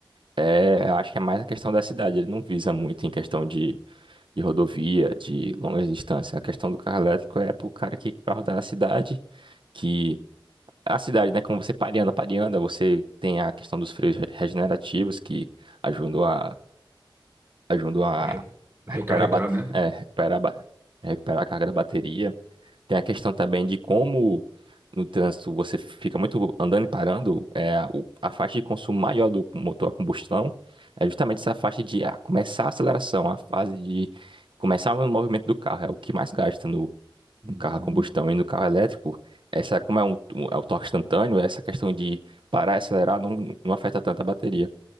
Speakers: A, on the right; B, on the right.
A: É, eu acho que é mais a questão da cidade. Ele não visa muito em questão de, de rodovia, de longas distâncias. A questão do carro elétrico é pro cara que vai rodar na cidade. que a cidade, né? Como você pareando, pareando, você tem a questão dos freios re- regenerativos que ajudam a, ajudam a
B: Arre- Recarregar,
A: recuperar, a bate-
B: né?
A: é, recuperar, a ba- recuperar a carga da bateria. Tem a questão também de como no trânsito você fica muito andando e parando, é, o- a faixa de consumo maior do motor a combustão é justamente essa faixa de ah, começar a aceleração, a fase de começar o movimento do carro, é o que mais gasta
B: Hum.
A: no carro a combustão e no carro elétrico, essa como é, um, um- é o torque instantâneo, essa questão de parar e acelerar não, não afeta tanto a bateria.